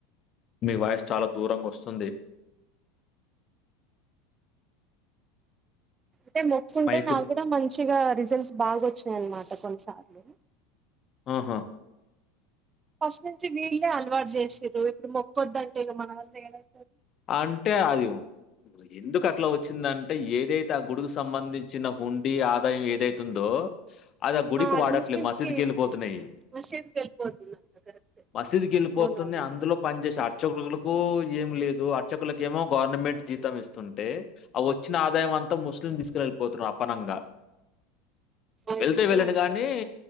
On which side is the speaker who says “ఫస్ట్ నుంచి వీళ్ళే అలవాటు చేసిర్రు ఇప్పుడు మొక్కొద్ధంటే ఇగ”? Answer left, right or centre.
Right